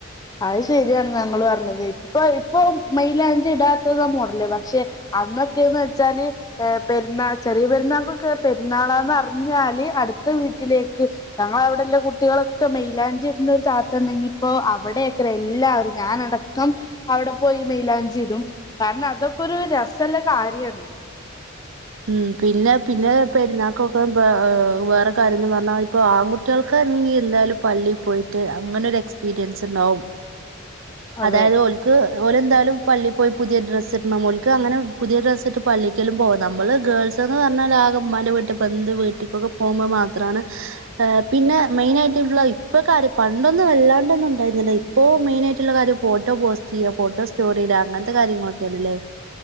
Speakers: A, on the left (about 20°); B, on the right (about 75°).
A: അത് ശരിയാണ് നിങ്ങള് പറഞ്ഞത് ഇപ്പൊ ഇപ്പൊ മൈയിലാഞ്ചി ഇടാത്തതാ മോഡല് പക്ഷെ അന്നൊക്കെയന്ന് വെച്ചാല് ഏ പെരുന്നാ ചെറിയ പെരുന്നാൾകൊക്കെ പെരുന്നാളാന്ന്റിഞ്ഞാല് അടുത്ത വീട്ടിലേക്ക് ഞങ്ങൾ അവിടെള്ള കുട്ടികളൊക്കെ മെയിലാഞ്ചി ഇടുന്ന ഒരു താത്തുണ്ടെങ്കി ഇപ്പോ ആ അവിടെയെക്കെ എല്ലാരും ഞാനടക്കം അവിടെ പോയി മെയിലാഞ്ചിടും കാരണം അതൊക്കെ ഒരു രസള്ള കാര്യണ്
B: ഉം പിന്നെ പിന്നെ പെരുന്നാക്കൊക്കെ വേ വേറെ കാര്യംന്ന് പറഞ്ഞാ ഇപ്പൊ ആൺകുട്ടികൾക്ക് എന്തായാലും പള്ളി പോയിട്ട് അങ്ങനെ ഒരു എക്സ്പീരിയൻസ് ഉണ്ടാവും
A: അതെ
B: അതായത് ഓല്ക്ക് ഓലെന്തായാലും പള്ളി പോയി പുതിയ ഡ്രസ്സ് ഇടണം ഓല്ക്ക് അങ്ങനെ പുതിയ ഡ്രസ് ഇട്ടിട്ട് പള്ളിക്കലും പോ നമ്മള് ഗേൾസ്ന്ന് പറഞ്ഞാല് ആക ഉമ്മാന്റെ വീട്ടില ബെന്ത് വീട്ടിക്കൊക്കെ പോകുമ്പോ മാത്രമാണ് ഏ പിന്നെ മെയിൻ ആയിട്ട്ള്ള ഇപ്പൊ കാര്യം പണ്ടൊന്നും വല്ലാണ്ടൊന്നും ഉണ്ടായിരുന്നില്ല ഇപ്പൊ മെയിന ആയിട്ടുള്ള കാര്യം ഫോട്ടോ പോസ്റ്റ് ചെയ്യ ഫോട്ടോ സ്റ്റോറിടാ അങ്ങനത്തെ കാര്യങ്ങളൊക്കെയണല്ലേ